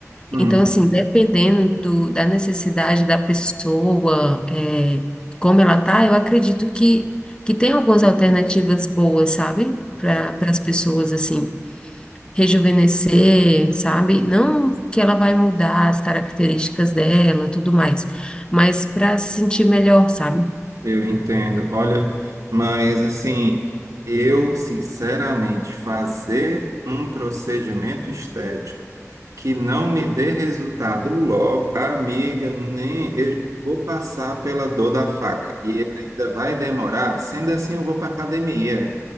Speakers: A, on the right; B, on the left.
A: Uhum.
B: Então, assim, dependendo do, da necessidade da pessoa, é, como ela tá, eu acredito que, que tem algumas alternativas boas, sabe? Para as pessoas, assim, rejuvenescer, sabe? Não que ela vai mudar as características dela, tudo mais, mas para se sentir melhor, sabe?
A: Eu entendo. Olha, mas assim, eu sinceramente fazer um procedimento estético que não me dê resultado logo, amiga, nem eu já vou passar pela dor da faca e ele ainda vai demorar. Sendo assim, eu vou para academia.